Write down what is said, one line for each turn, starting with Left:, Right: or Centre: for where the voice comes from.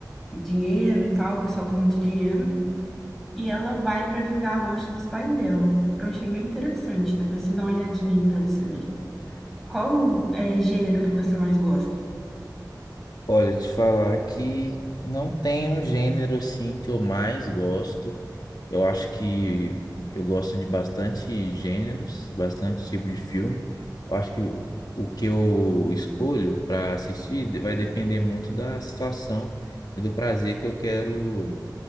Centre: e dinheiro e tal, o pessoal tem muito dinheiro, e ela vai pra vingar a morte dos pais dela. Eu achei bem interessante, depois você dá uma olhadinha aí pra você ver. Qual é gênero que você mais gosta?
Left: Olha, te falar que não tem um gênero assim que eu mais gosto. Eu acho que eu gosto de bastante gêneros, bastante tipo de filme. Eu acho que o que eu escolho para assistir vai depender muito da situação e do prazer que eu quero